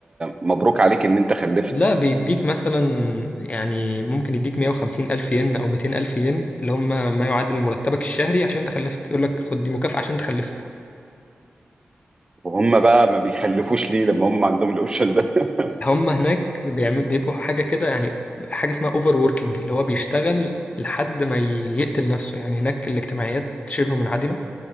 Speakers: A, on the right; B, on the left.
A: مبروك عليك ان انت خلفت
B: لا بيديك مثلا يعني ممكن يديك 150 ألف ين أو 200 ألف ين اللي هم ما يعادل مرتبك الشهري عشان أنت خلفت يقول لك خد دي مكافأة عشان أنت خلفت
A: وهم بقى ما بيخلفوش ليه لما هم عندهم الاوبشن ده <laughs>
B: هم هناك بيعمل بيبقوا حاجة كده يعني حاجة اسمها اوفر ووركينج اللي هو بيشتغل لحد ما يقتل نفسه يعني هناك الاجتماعيات شبه منعدمة